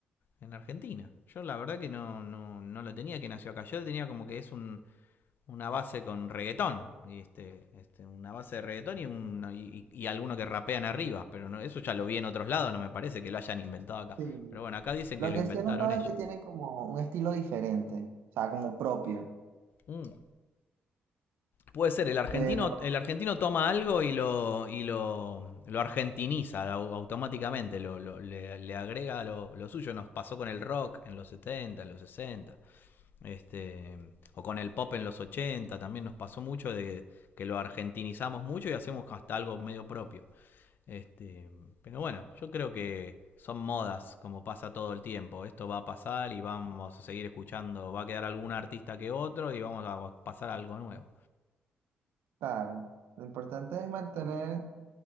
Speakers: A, on the left (about 60°); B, on the right (about 80°).
A: en Argentina. Yo la verdad que no, no, no lo tenía que nació acá. Yo lo tenía como que es un, una base con reggaetón. Y este, este, una base de reggaetón y, un, no, y, y alguno que rapean arriba. Pero no, eso ya lo vi en otros lados, no me parece que lo hayan inventado acá.
B: Sí.
A: Pero bueno, acá dicen
B: Lo
A: que lo
B: que
A: inventaron
B: sí he notado
A: ellos.
B: es que tienen como un estilo diferente, o sea, como propio.
A: Mm. Puede ser, el argentino,
B: Pero,
A: el argentino toma algo y lo, y lo, lo argentiniza automáticamente, lo, lo- le, le agrega lo, lo suyo. Nos pasó con el rock en los 70, en los 60. Este, o con el pop en los 80 también nos pasó mucho de que lo argentinizamos mucho y hacemos hasta algo medio propio. Este, pero bueno, yo creo que son modas, como pasa todo el tiempo. Esto va a pasar y vamos a seguir escuchando. Va a quedar algún artista que otro y vamos a pasar a algo nuevo.
B: claro, lo importante es mantener,